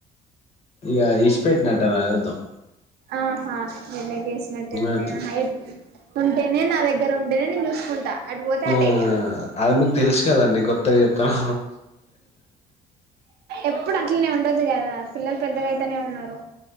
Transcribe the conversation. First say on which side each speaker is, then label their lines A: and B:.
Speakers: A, on the left; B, on the right.
A: ఇ ఇడిసీ పెట్టినట్టే ఆర్దం
B: ఆహా జన్మకేసివెసినట్ట అంతేయి
A: అట్లా
B: ఉంటే న ద దగ్గర ఉంటనే నేను చూసుకుంటా అటు పోతే అటే
A: ఆ
B: ఇగ
A: అది మీకు తెలుసు కదండి కొత్తగా చెప్పాను
B: ఎప్పుడు అట్లనే ఉండదు కదా పిల్లలు పెద్దగా అయితేనే ఉన్నారు